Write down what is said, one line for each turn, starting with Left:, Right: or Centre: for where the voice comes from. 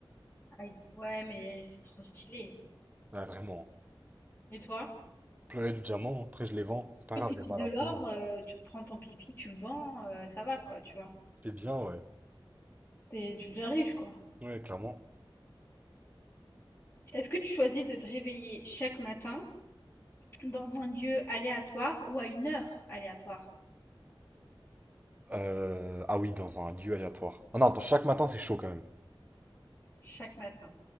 Left: Aïe. Ouais, mais c'est trop stylé.
Right: Ouais, vraiment.
Left: Et toi?
Right: Pleurer du diamant, après je les vends. C'est pas
Left: Et
Right: grave,
Left: pipi
Right: il y a mal
Left: de
Right: un
Left: l'or,
Right: peu.
Left: euh, tu reprends ton pipi, tu le vends, euh, ça va, quoi, tu vois.
Right: C'est bien, ouais.
Left: T'es- tu deviens riche, quoi.
Right: Ouais, clairement.
Left: Est-ce que tu choisis de te réveiller chaque matin dans un lieu aléatoire ou à une heure aléatoire
Right: Euh, Ah oui, dans un lieu aléatoire. Ah non, attends, chaque matin, c'est chaud quand même.
Left: chaque matin?